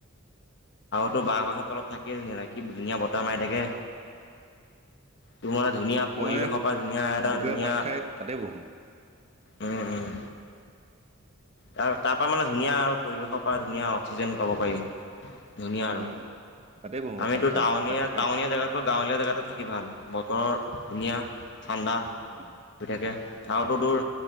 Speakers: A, on the left; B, on the right.
A: বাহ গছৰ তলত থাকিয় ধুনীয়া লগে। কি ধুনীয়া বতাহ মাৰি থাকে। তোমাৰ ধুনীয়া
B: মই
A: পৰিৱেশৰ পৰা ধুনীয়া এটা
B: দুপৰীয়া
A: ধুনীয়া
B: ভাত খাই তাতে বহোঁ
A: উম উম। তাৰ পৰা মানে ধুনীয়া আৰু পৰিৱেশৰ পৰা ধুনীয়া অক্সিজেন পাব পাৰি। ধুনীয়া আৰু।
B: উম তাতে বহো
A: আমিতো
B: ভাত খাই
A: টাউনীয়া
B: ভাত খাই
A: টাউনীয়া জেগাতকৈ গাঁৱলীয়া জেগাতে থাকি ভাল বতৰৰ ধুনীয়া। ঠাণ্ডা
B: অ
A: হৈ থাকে। আউ ত তোৰ